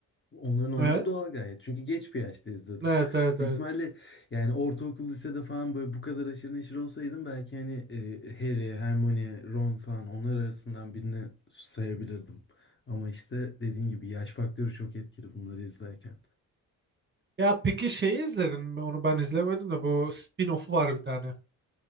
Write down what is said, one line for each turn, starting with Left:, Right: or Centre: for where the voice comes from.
Left: Onların olması
Right: Evet.
Left: doğal gayet. Çünkü geç bir yaşta izledim.
Right: Evet evet evet.
Left: Büyük ihtimalle yani ortaokul, lisede falan böyle bu kadar aşırı neşir olsaydım belki hani e, Harry, Hermione, Ron falan onlar arasından birini sayabilirdim. Ama işte dediğin gibi yaş faktörü çok etkili bunları izlerken.
Right: Ya peki şeyi izledin mi? Onu ben izlemedim de bu spin-off'u var bir tane.